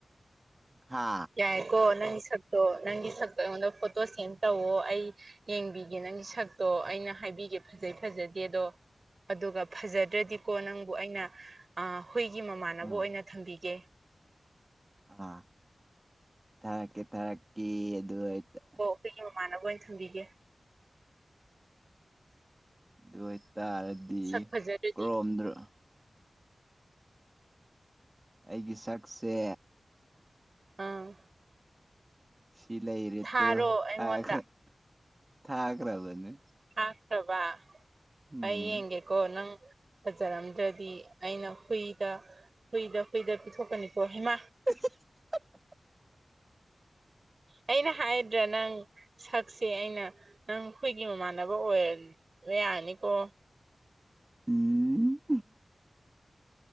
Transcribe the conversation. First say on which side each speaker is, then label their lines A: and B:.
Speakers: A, on the right (about 25°); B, on the right (about 55°).
A: ꯍꯥ
B: ꯌꯥꯏꯀꯣ ꯅꯪꯒꯤ ꯁꯛꯇꯣ ꯅꯪꯒꯤ ꯁꯛꯇꯣ ꯑꯩꯉꯣꯟꯗ ꯐꯣꯇꯣ ꯁꯦꯟ ꯇꯧꯋꯣ ꯑꯩ ꯌꯦꯡꯕꯤꯒꯦ ꯅꯪꯒꯤ ꯁꯛꯇꯣ ꯑꯩꯅ ꯍꯥꯏꯕꯤꯒꯦ ꯐꯖꯩ ꯐꯖꯗꯦ ꯑꯗꯣ ꯑꯗꯨꯒ ꯐꯖꯗ꯭ꯔꯗꯤꯀꯣ ꯅꯪꯕꯨ ꯑꯩꯅ ꯑꯥ ꯍꯨꯏꯒꯤ ꯃꯃꯥꯟꯅꯕ
A: ꯎꯝ
B: ꯑꯣꯏꯅ ꯊꯝꯕꯤꯒꯦ
A: ꯑ ꯊꯔꯛꯀꯤ ꯊꯔꯀꯤ ꯑꯗꯨ ꯑꯗꯨ ꯑ
B: ꯑꯩꯈꯣꯏꯒꯤ ꯃꯃꯥꯟꯅꯕ ꯑꯣꯏꯅ ꯊꯝꯕꯤꯒꯦ
A: ꯗꯨ ꯑꯣꯏꯇꯥꯔꯗꯤ
B: ꯁꯛ ꯐꯖꯔꯗꯤ
A: ꯀ꯭ꯔꯣꯝꯗ ꯑꯩꯒꯤ ꯁꯛꯁꯦ
B: ꯑꯥ
A: ꯁꯤꯂꯩꯔꯦꯇꯣ
B: ꯊꯥꯔꯣ ꯑꯩꯉꯣꯟꯗ
A: ꯊꯥꯒ꯭ꯔ ꯊꯥꯒ꯭ꯔꯕꯅꯤ
B: ꯊꯥꯈ꯭ꯔꯕ
A: ꯎꯝ
B: ꯑꯩꯌꯦꯒꯦꯀꯣ ꯅꯪ ꯐꯖꯔꯝꯗ꯭ꯔꯗꯤ ꯑꯩꯅ ꯍꯨꯏꯗ ꯍꯨꯏꯗ ꯍꯨꯏꯗ ꯄꯤꯊꯣꯛꯀꯅꯤꯀꯣ ꯍꯩꯃꯥ
A: <inaudible>
B: ꯑꯩꯅ ꯍꯥꯏꯗ꯭ꯔꯥ ꯅꯪ ꯁꯛꯁꯦ ꯑꯩꯅ ꯅꯪ ꯑꯩꯈꯣꯏꯒꯤ ꯃꯃꯥꯟꯅꯕ ꯑꯣꯏꯕ ꯌꯥꯅꯤꯀꯣ
A: ꯎꯝ